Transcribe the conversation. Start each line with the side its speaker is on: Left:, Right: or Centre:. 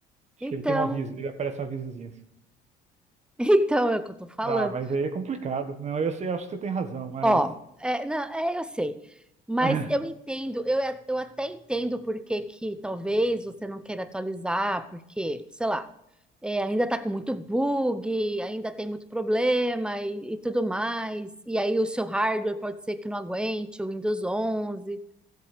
Right: Acho
Centre: Então,
Right: que ele tem um aviso, ele aparece um avisozinho. assim.
Centre: <laughs> então é o que eu tô falando.
Right: Ah, mas aí é complicado. Não, eu sei, eu acho que você tem razão, mas.
Centre: Ó, é, não, é, eu sei. Mas
Right: <laughs>
Centre: eu entendo, eu, a- eu até entendo por que que talvez você não queira atualizar, porque, sei lá, é, ainda tá com muito bug, ainda tem muito problema e, e tudo mais. E aí o seu hardware pode ser que não aguente, o Windows 11.